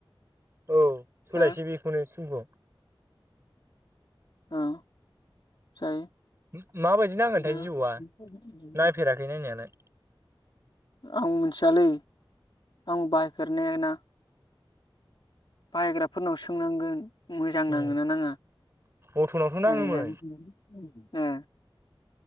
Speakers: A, on the right; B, on the left.
A: औ सोलायसै
B: हो
A: बेखौनो सिमख'
B: ओं जायो
A: उम ओ माबायदि नांगोनथाय
B: खिन्थु
A: जिय'आ नायफेराखै नायनायालाय
B: आं मिथियालै आं बायफेरनाया ना बाहायग्राफोरनाव सोंनांगोन। मोजां नाङो
A: उम
B: नाङा
A: अट'नावथ' नाङोमोन
B: ओरैजाय औ औ ओ